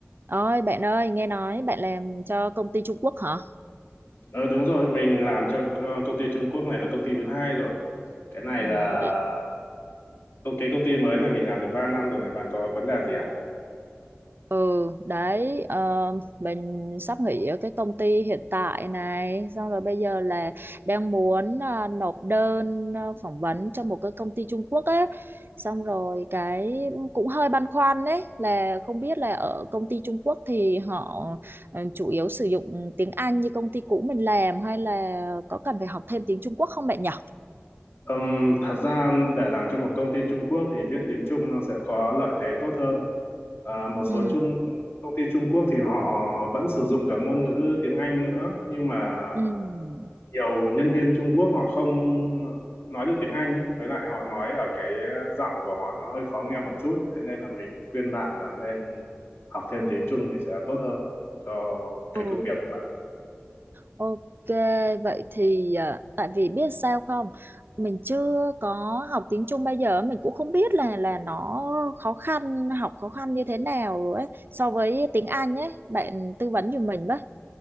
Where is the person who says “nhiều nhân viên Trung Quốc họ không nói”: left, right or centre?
Left